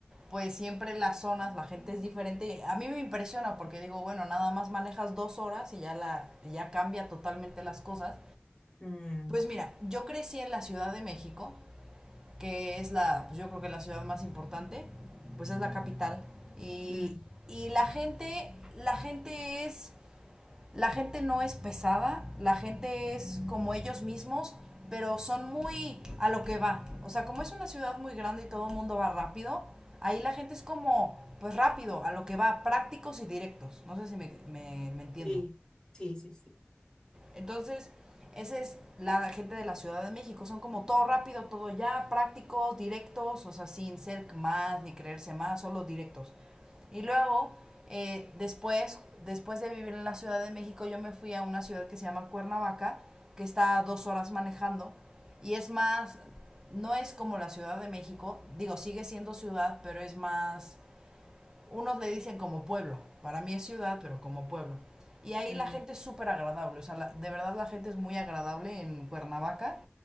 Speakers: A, on the right; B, on the left.
A: pues siempre las zonas, la gente es diferente. y A mí me impresiona porque digo, bueno, nada más manejas dos horas y ya la, ya cambia totalmente las cosas.
B: Mm,
A: Pues mira, yo crecí en la Ciudad de México, que es la, pues yo creo que la ciudad más importante, pues es la capital. Y,
B: mm,
A: y la gente, la gente es la gente no es pesada, la gente es como ellos mismos, pero son muy a lo que va. O sea, como es una ciudad muy grande y todo el mundo va rápido, ahí la gente es como, pues rápido, a lo que va, prácticos y directos. No sé si me, me, me entiendo.
B: sí, sí, sí, sí.
A: Entonces, esa es la gente de la Ciudad de México. Son como todo rápido, todo ya, prácticos, directos, o sea, sin ser más ni creerse más, solo directos. Y luego, eh, después, después de vivir en la Ciudad de México, yo me fui a una ciudad que se llama Cuernavaca, que está a dos horas manejando. Y es más, no es como la Ciudad de México, digo, sigue siendo ciudad, pero es más unos le dicen como pueblo, para mí es ciudad, pero como pueblo. Y ahí
B: Mm,
A: la gente es súper agradable, o sea, la- de verdad la gente es muy agradable en Cuernavaca,